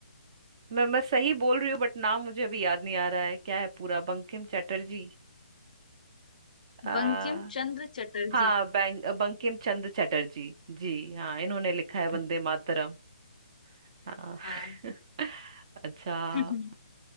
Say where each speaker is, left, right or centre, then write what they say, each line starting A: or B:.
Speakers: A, on the right; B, on the left.
A: मैं मैं सही बोल रही हूँ बट नाम मुझे अभी याद नहीं आ रहा है क्या है पूरा बंकिम चटर्जी आ,
B: बंकिम चंद्र चटर्जी
A: हाँ बैंक बंकिम चंद्र चटर्जी जी हाँ इन्होंने लिखा है वंदे
B: हम्म,
A: मातरम हाँ
B: हाँ
A: <laughs> अच्छा
B: <laughs>